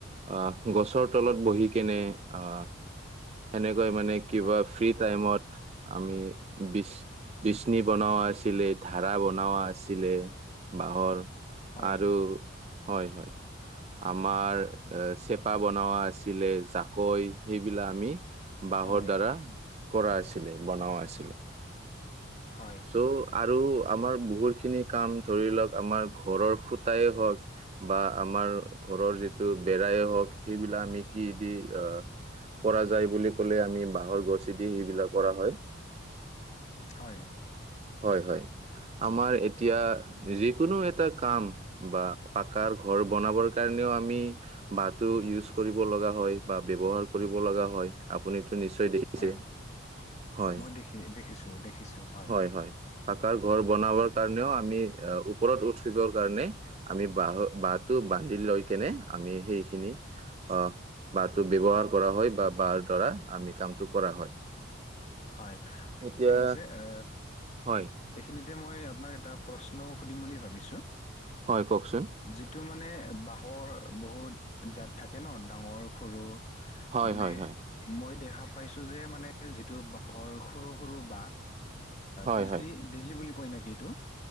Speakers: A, on the right; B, on the left.
A: আহ গছৰ তলত বহি কেনে আহ সেনেকৈ মানে কিবা
B: হয়,
A: ফ্ৰী টাইমত আমি বিচ বিচনি বনাৱা আছিলে, ধাৰা বনাৱা আছিলে বাঁহৰ।
B: হয়,
A: আৰু হয়-হয়। আমাৰ এ চেপা বনোৱা আছিলে, জাকৈ এইবিলাক আমি বাঁহৰ
B: হয়,
A: দ্বাৰা কৰা আছিলে, বনাৱা আছিলে।
B: হয়,
A: চ' আৰু আমাৰ বহুতখিনি কাম ধৰি লওক আমাৰ ঘৰৰ খুঁটায়ে হওক বা আমাৰ ঘৰৰ যিটো বেৰায়ে হওক সেইবিলাক আমি কি দি আহ কৰা যায় বুলি ক'লে আমি বাঁহৰ গছেদি সেইবিলাক কৰা হয়।
B: হয়।
A: হয়-হয়
B: উম।
A: আমাৰ এতিয়া যিকোনো এটা কাম বা পাকাৰ ঘৰ বনাবৰ কাৰণেও আমি বাহঁ‌টো ইউজ কৰিব লগা হয় বা ব্যৱহাৰ কৰিব লগা হয়। আপুনিটো নিশ্চয় দেখিছেই।
B: হয়
A: হয়,
B: মই দেখি দেখিছো দেখিছো হয়
A: হয়-হয় পাকাৰ ঘৰ বনাবৰ
B: উম
A: কাৰণেও আমি ওপৰত উঠিবৰ কাৰণে আমি বাহ বাহটো বান্ধি লৈ কেনে আমি সেইখিনি অ, বাহটো ব্যৱহাৰ কৰা হয় বা বাহৰ দ্বাৰা আমি কামটো কৰা হয়।
B: হয়,
A: এতিয়া
B: ঠিক আছে এ,
A: হয়
B: এইখিনিতে মই আপোনাক এটা প্ৰশ্নও সুধিম বুলি ভাবিছোঁ।
A: হয় কওকচোন?
B: যিটো মানে বাঁহৰ বহুত জাত থাকে ন' ডাঙৰ, সৰু
A: হয়
B: মানে
A: হয় হয়
B: মই দেখা পাইছো যে মানে যিটো বাঁহৰ সৰু-সৰু বাঁহ
A: হয়
B: বিজলী,
A: হয়
B: বিজলী বুলি কয় নেকি এইটো?